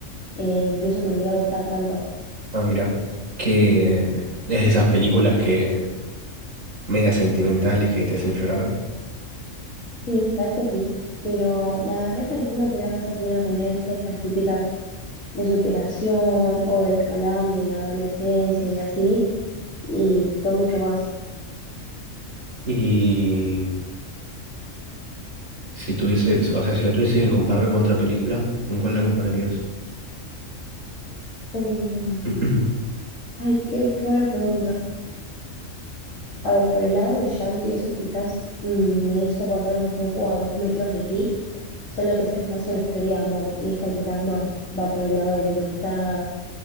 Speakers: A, on the left; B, on the right.
A: eh, incluso que me iba a gustar tanto.
B: Ah, mira, que es de esas películas que medias sentimentales que te hacen llorar.
A: Sí, sabes que sí, pero la agarré pensando que era más así una comedia, viste, estas típicas de superación o de calán de la adolescencia y así, y fue mucho más.
B: Y si tuvieses, o sea, si la tuviese que comparar con otra película, ¿con cuál la compararías?
A: Em,
B: <clears throat>
A: ay, qué, qué buena pregunta. A ver, por el lado del llanto y eso quizás mm, me hizo acordar un poco a Dos metros de ti, solo que esa es más una historia de amor y esta quizás más va por el lado de la amistad,